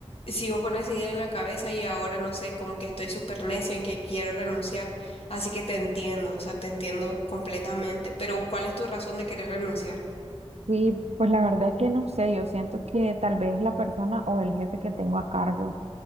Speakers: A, on the left; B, on the right.
A: sigo con esa idea en la cabeza y ahora no sé, como que estoy súper necia en que quiero renunciar. Así que te entiendo, o sea, te entiendo completamente. Pero ¿cuál es tu razón de querer renunciar?
B: Sí, pues la verdad es que no sé, yo siento que tal vez la persona o el jefe que tengo a cargo.